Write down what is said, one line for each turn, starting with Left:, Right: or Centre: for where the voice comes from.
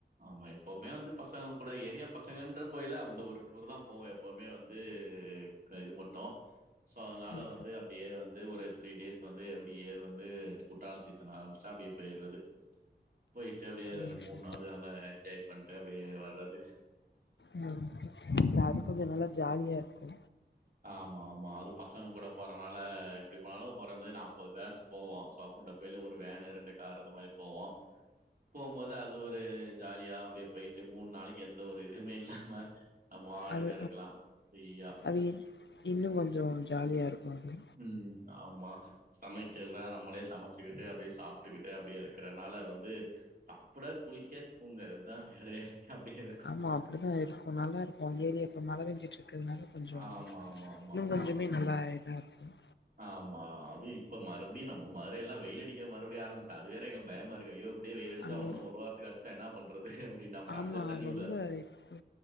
Right: ஆமா எப்பவுமே வந்து பசங்க கூட ஏரியா பசங்கன்ற போயல வந்து ஒரு டூர் தா போவோ எப்பவுமே வந்து இது மட்டு சோ அதனால
Left: சரி
Right: வந்து அப்டியே வந்து ஒரு த்ரீ டேஸ் வந்து அப்டிய ஏர் வந்து குற்றாள சீசன் ஆரம்பிச்ட்டா அப்டியே பொயிறது பொயிட்டு அப்டியே
Left: சரி
Right: மூணு
Left: சரி.
Right: நாள் நல்லா என்ஜாய் பண்ட்டு அப்டியே வர்றது
Left: ம் அது
Right: ம்.
Left: கொஞ்சோ நல்லா ஜாலியா இருக்கு
Right: ஆமா ஆமா அது பசங்க கூட போறனால எப்டி போனாலு கொரஞ்ஜது நாப் பது பேஜ் போவோ சோ அப்பன்றப்ப போல ஒரு வேனு ரெண்டு கார் அந்த மாரி போவோ போம்போது அது அது ஒரு ஜாலியா அப்டியே பொயிட்டு மூண் நாளைக்கு எந்த ஒரு இதுமே இல்லாம நம்பாடுக்கு
Left: அது
Right: இருக்லா ஃப்ரியா
Left: அது இன்னு கொஞ்சோ ஜாலியா இருக்கு அது
Right: ம் ஆமா சமைக்கற்துலா நம்ளே சமை ச்சுக்கிட்டு அப்டியே சாப்ட்டுக்கிட்டு அப்டியே இருக்கறனால வந்து சாப்ட குளிக்க தூங்க இதா வேலையே அப்டியே இருக்
Left: ஆமா அப்டிதான் இருக்கும் நல்லா இருக்கும் ஏரியா இப்ப மழை பெஞ்சிட்டு இருக்கறதுனால கொஞ்ச
Right: ஆமா ஆமா ஆமா
Left: இன்னு
Right: ஆமா
Left: கொஞ்சமே
Right: ம்
Left: நல்லா இதாக இருக்கும்
Right: ஆமா அதுவு இப்ப மறுபடியும் நம்ம மதுரை எல்லாம் வெயில் அடிக்க மறுபடியும் ஆரம்பிச்சு அது வேற எங்க பயமா இருக்கு ஐயோ இப்டியே வெயில் அடிச்சா
Left: அங்க
Right: இன்னு ஒரு வாரத்துக்கு அடிச்சா என்னா பண்றது அப்டின்னி
Left: ஆமா
Right: அங்க தண்ணி
Left: ரொம்ப
Right: வுடாது
Left: இப்போ